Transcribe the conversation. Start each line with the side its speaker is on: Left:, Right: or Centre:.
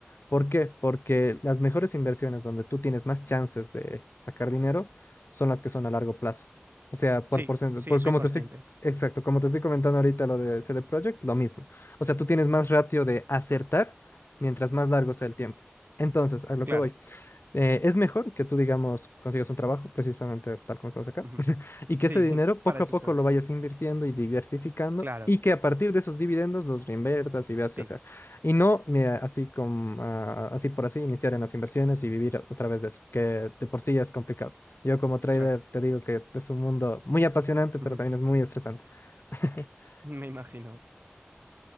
Left: ¿Por qué? Porque las mejores inversiones donde tú tienes más chances de sacar dinero son las que son a largo plazo. O sea,
Right: sí,
Left: por porcentaje,
Right: sí,
Left: por
Right: soy
Left: como
Right: consciente,
Left: te estoy, exacto, como te estoy comentando ahorita lo de CD Projekt, lo mismo. O sea, tú tienes más ratio de acertar mientras más largo sea el tiempo. Entonces, a lo
Right: claro.
Left: que voy. Eh, es mejor que tú, digamos, consigas un trabajo, precisamente tal como estás acá,
Right: Ujú.
Left: <laughs> y que
Right: Sí,
Left: ese
Right: <laughs>
Left: dinero poco
Right: para eso
Left: a poco
Right: estoy,
Left: lo vayas invirtiendo y diversificando,
Right: claro,
Left: y que a partir de esos dividendos los reinviertas y veas
Right: sí,
Left: qué hacer. Y no, mira, así como, ah, así por así, iniciar en las inversiones y vivir a, a través de eso, que de por sí ya es complicado. Yo como trader
Right: claro.
Left: te digo que es un mundo muy apasionante, pero
Right: Ujú.
Left: también es muy estresante. <laughs>
Right: Me imagino.